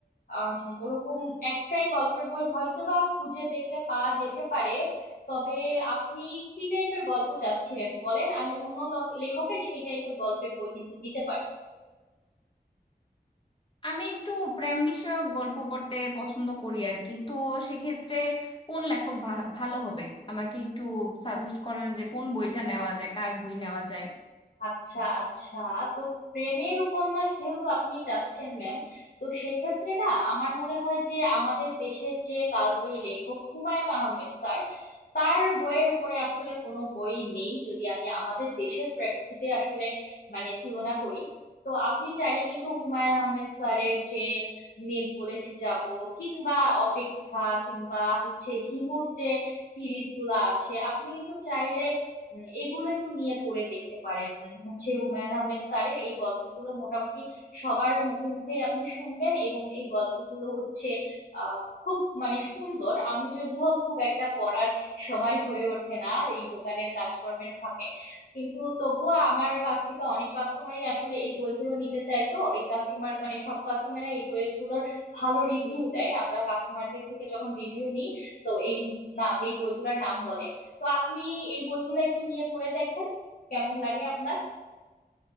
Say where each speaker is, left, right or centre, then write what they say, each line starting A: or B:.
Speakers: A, on the left (about 60°); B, on the left (about 30°).
A: আম, ওরকম একটাই গল্পের বই হয়তো বা খুঁজে দেখলে পাওয়া যেতে পারে তবে আপনি কি টাইপের গল্প চাচ্ছিলেন বলেন আমি অন্য লক- লেখকের সেই টাইপের গল্পের বই কিন্তু দিতে পারি
B: আমি একটু প্রেম বিষয়ক গল্প পড়তে পছন্দ করি আর কি তো সেক্ষেত্রে কোন লেখক ভা- ভালো হবে আমাকে একটু সাজেস্ট করেন যে কোন বইটা নেওয়া যায় কার বই নেওয়া যায়
A: আচ্ছা আচ্ছা তো প্রেমের উপন্যাস যেহেতু আপনি চাচ্ছেন ম্যাম তো সেক্ষেত্রে না আমার মনে হয় যে আমাদের দেশের যে কালজয়ী লেখক হুমায়ুন আহমেদ স্যার তার বইয়ের উপরে আসলে কোনো বই নেই যদি আমি আমাদের দেশের প্রেক্ষিতে আসলে মানে তুলনা করি তো আপনি চাইলে কিন্তু হুমায়ুন আহমেদ স্যারের যে মেঘ বলেছে যাব কিংবা অপেক্ষা কিংবা হচ্ছে হিমুর যে সিরিজগুলো আছে আপনি কিন্তু চাইলে উম, এগুলো একটু নিয়ে পড়ে দেখতে পারেন হচ্ছে হুমায়ুন আহমেদ স্যারের এই গল্পগুলো মোটামুটি সবার মুখে মুখে আপনি শুনবেন এবং এই গল্পগুলো হচ্ছে আহ খুব মানে সুন্দর আমি যদিও খুব একটা পড়ার সময় হয়ে ওঠে না এই দোকানের কাজকর্মের ফাঁকে কিন্তু তবুও আমার কাছ থেকে অনেক কাস্টমারই আসলে এই বইগুলো নিতে চায় তো এই কাস্টমার মানে সব কাস্টমাররা এই বইগুলোর ভালো রিভিউ দেয় আমরা কাস্টমারদের থেকে যখন রিভিউ নিই তো এই নাম এই বইগুলোর নাম বলে তো আপনি এই বইগুলো একটু নিয়ে পড়ে দেখেন কেমন লাগে আপনার